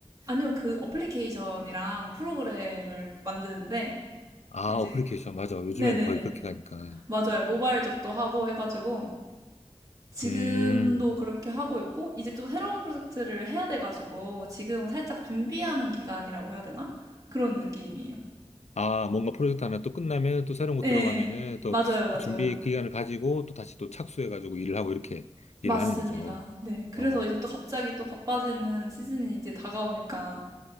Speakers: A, on the right; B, on the left.
A: 아니요 그 어플리케이션이랑 프로그램을 만드는데
B: 아,
A: 네, 이제
B: 어플리케이션. 맞아. 요즘에는
A: 네네네
B: 거의 그렇게 가니까.
A: 맞아요 모바일 쪽도 하고 해가지고 지금도
B: 음.
A: 그렇게 하고 있고, 이제 또 새로운 프로젝트를 해야 돼가지고, 지금 살짝 준비하는 기간이라고 해야 되나? 그런 느낌이에요.
B: 아, 뭔가 프로젝트 하나 또 끝나면 또 새로운 거
A: 네,
B: 들어가면은 또
A: 맞아요, 맞아요.
B: 그 준비 기간을 가지고 또 다시 또 착수해가지고 일을 하고 이렇게 일을
A: 맞습니다.
B: 하는 거죠.
A: 네, 그래서
B: 어,
A: 이제 또 갑자기 또 바빠지는 시즌이 이제 다가오니까,